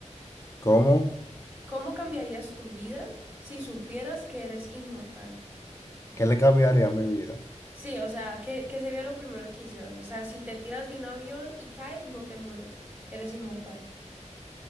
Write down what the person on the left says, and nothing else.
¿Cómo?
¿Qué le cambiaría a mi vida?